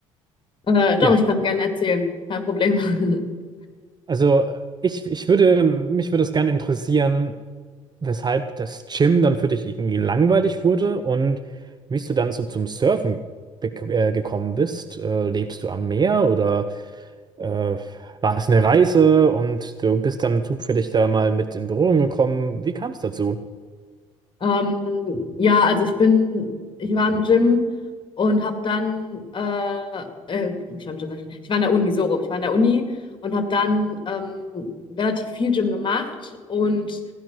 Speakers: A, on the left; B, on the right.
A: Äh, doch,
B: Ja,
A: ich kann gerne erzählen. Kein Problem. <laughs>
B: also ich, ich würde, mich würde es gerne interessieren, weshalb das Gym dann für dich irgendwie langweilig wurde und wie du dann so zum Surfen bek- äh, gekommen bist. Äh, lebst du am Meer oder? Äh, war es eine Reise und du bist dann zufällig da mal mit in Berührung gekommen? Wie kam es dazu?
A: Ähm, ja, also ich bin, ich war im Gym und habe dann, äh, äh, ich war im Gym, sag ich schon. Ich war in der Uni, so rum. Ich war in der Uni und habe dann ähm, relativ viel Gym gemacht und